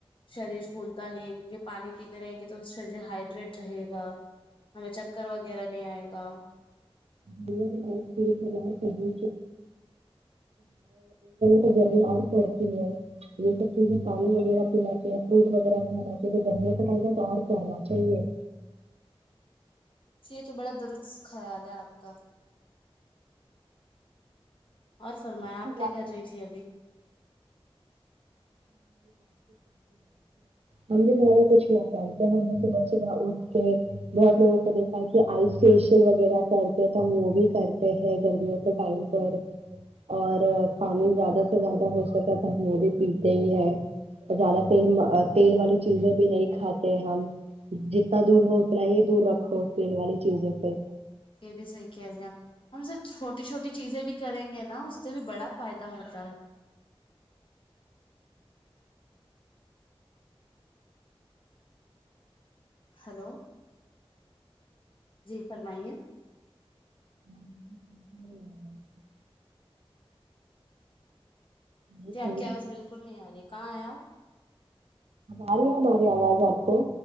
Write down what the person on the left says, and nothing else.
شریر فولتا نہیں ہے کیونکہ پانی پیتے رہیں گے تو شریر ہائڈریٹ رہے گا ہمیں چکر وغیرہ نہیں آئے گا
چ یہ تو بڑا درست خیال ہے آپ کا اور فرمایا آپ
کیا کر رہی تھی ابھی
یہ بھی صحیح کہہ رہے ہیں آپ ہم سب چھوٹی چھوٹی چیزیں بھی کریں گے نا اس سے بھی بڑا فائدہ ہوتا ہے ہلو جی فرمائیے
جی آپ کی آواز بالکل نہیں آ رہی ہے کہاں آئے آپ